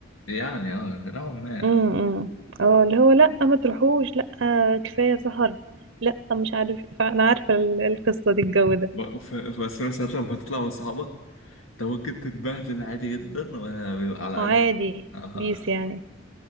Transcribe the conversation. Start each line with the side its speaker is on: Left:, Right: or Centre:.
Left: يعني اه نوعا ما
Right: امم إمم. اه اللي هو لا ما تروحوش لا كفاية سهر لا مش عارف انا عارفة ال- القصة دي الجو ده
Left: ب- ف- بس مثلا لما تطلع مع اصحابك انت ممكن تتبهدل عادي جدا وبيبقى على
Right: آه، عادي
Left: الاقل اه
Right: بيس يعني